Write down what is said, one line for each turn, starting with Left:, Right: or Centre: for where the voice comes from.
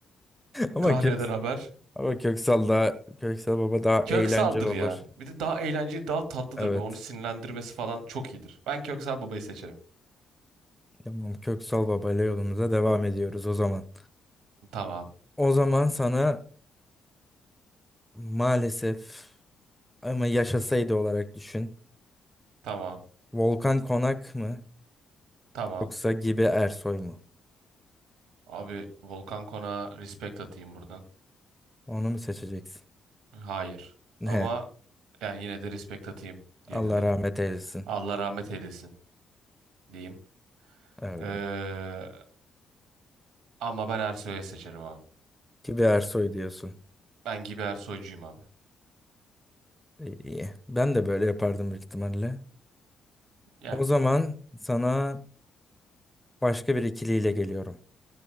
Centre: Ama
Right: kahreden
Centre: Köksal,
Right: haber.
Centre: ama Köksal da Köksal Baba daha
Right: Köksal'dır
Centre: eğlenceli olur.
Right: ya. Bir de daha eğlenceli, daha tatlıdır.
Centre: Evet.
Right: Böyle onu sinirlendirmesi falan çok iyidir. Ben Köksal babayı seçerim.
Centre: Tamam Köksal Baba ile yolumuza devam ediyoruz o zaman.
Right: Tamam,
Centre: O zaman sana maalesef ama yaşasaydı olarak düşün.
Right: tamam,
Centre: Volkan Konak mı
Right: tamam.
Centre: yoksa Gibi Ersoy mu?
Right: Abi Volkan Konak'a respect atayım buradan.
Centre: Onu mu seçeceksin?
Right: Hayır.
Centre: He,
Right: Ama yani yine de respect atayım
Centre: Allah
Right: diye dedim.
Centre: rahmet eylesin.
Right: Allah rahmet eylesin diyeyim.
Centre: Öyle.
Right: Ee, ama ben Ersoy'u seçerim abi.
Centre: Gibi Ersoy diyorsun.
Right: Ben gibi Ersoy'cuyum abi.
Centre: İyi. iyi. Ben de böyle yapardım büyük ihtimalle.
Right: Yani
Centre: O zaman sana başka bir ikiliyle geliyorum.